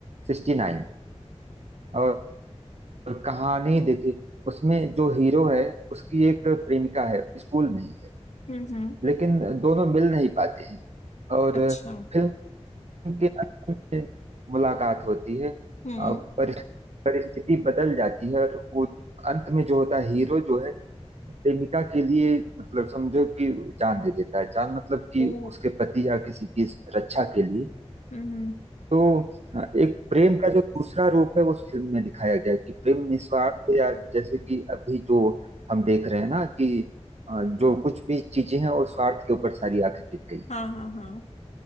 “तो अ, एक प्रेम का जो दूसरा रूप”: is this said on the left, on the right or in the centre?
Right